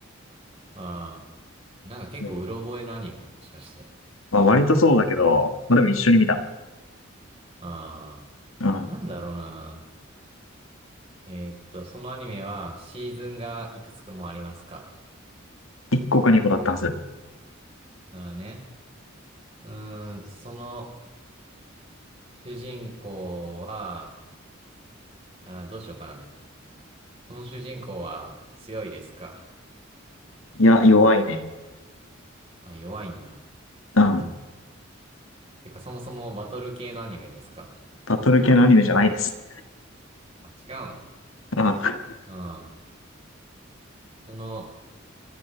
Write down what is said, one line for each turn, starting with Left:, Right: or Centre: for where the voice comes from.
Right: ああ、なんか結構うろ覚えのアニメもしかして。
Left: うんまあ割とそうだけど、まあでも一緒に見た。
Right: あ
Left: うん。
Right: あ、なんだろうな。えーっと、そのアニメはシーズンがいくつくもありますか
Left: 1個か2個だったはず。
Right: ならね。うーん、その主人公は、あー、どうしようかな。その主人公は強いですか
Left: いや、弱いね。
Right: あ、弱いんだ。
Left: うん。
Right: てか、そもそもバトル系のアニメですか
Left: バトル系のアニメじゃないです。
Right: あ、違うの。
Left: うん。
Right: うん。その、